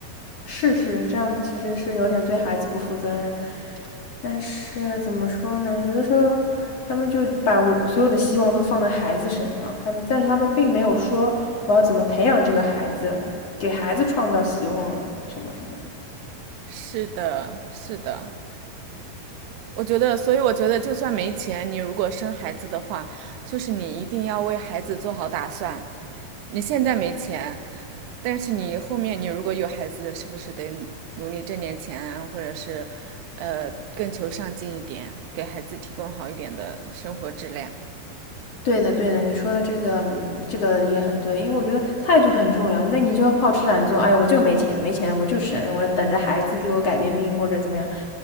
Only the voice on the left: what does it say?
是是，这样其实是有点对孩子不负责任。但是怎么说呢？有的时候他们就把我所有的希望都放在孩子身上，他们但是他们并没有说我要怎么培养这个孩子，给孩子创造希望什么什么的。
对的，对的，你说的这个，嗯这个也很对，因为我觉得态度很重要。那你就好吃懒做，哎呀，我就没钱，没钱我就省，我等着孩子给我改变命运或者怎么样，